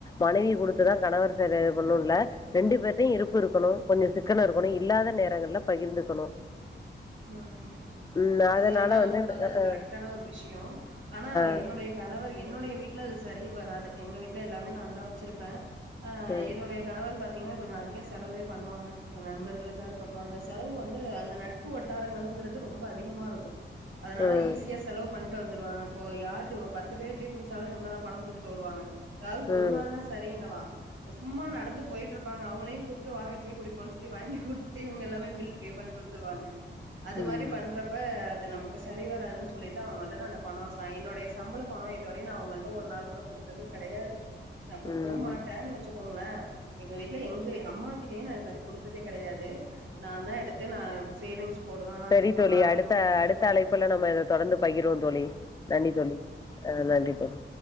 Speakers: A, on the left; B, on the right.
A: மனைவி குடுத் டுத்துதா கணவர் செலவு பண்ணனுல்ல ரெண்டு பேர்ட்டையு இருப்பு இருக்கணு கொஞ்சோ சிக்கன இருக்கணு இல்லாத நேரங்கள்ல பகிர்ந்துக்கணு
B: ம்
A: ம் அதனால
B: அது வேணா
A: வந்து
B: உண்மதா
A: அ
B: அது
A: அ
B: கரெக்டான ஒரு விஷயோ ஆனா
A: அ
B: என்னுடைய கணவர் என்னுடைய வீட்ல அது சரி வராது எங்க வீட்ல எல்லாமே நாந்தா வச்சிருப்பே ஆ
A: ம்
B: என்னுடைய கணவர் பாத்தீங்கன்னா கொஞ்சொ அதிகொ செலவே பண்ணுவாங்க ங்க நண்பர்களுக்காக இருக்கட்டு அந்த செலவு வந்து அந்த நட் ட்பு வட்டாரங்கங்கறது ரொம்ப அதிகமா இருக்கு அதனால
A: ம்
B: ஈஸியா செலவு பண்ட்டு வந்துருவாங்க இப்போ யார்தோ பத்து பேர் டீ குடிச்சாலு இவங்கதா பணம் குடுத்துட்டு வருவாங்க எதாவ்து ஒரு
A: ம்
B: நாள்னா சரிங்களா சும்மா நடந்து போயிட்டு இருப்பாங்க அவங்களையு கூப்பிட்டு வாங்க டீ குடிப்போனு சொல்லி வாங்கி குடுத் துட்டு இவங்க எல்லாமே பில் பே பண்ணிட்டு வந்துருவாங்க அது
A: ம்
B: மாரி பண்றப் ப அது நமக்கு சரி வராதுன்னு சொல்லிட்டு அவங்கள்ட நா அந்த பணொ ச என்னுடைய சம்பள பணொ இதுவரையு நா அவங்கள்ட்ட ஒரு நாள் கூட குடுத்ததே கெடையாது நா குடுக்கவு
A: ம்
B: மாட்டேன்னு வச் சுகோங்களே எங்க வீட்ல எங்க அம்மா கிட்டயே நா இது மாரி குடுத்ததே கெடையாது நாந்தா எடுத்து நா சேவிங்ஸ் போடுவேன், ஆர்
A: சரி
B: டி போடுவேன்,
A: தோழி
B: ஆர்
A: அடுத்த
B: டி போட்டு வீட்ல
A: அடுத்த
B: குடுப்பேன்.
A: அழைப்புல நம்ம இத தொடர்ந்து பகிருவோ தோழி நன்றி தோழி ஆ நன்றி தோழி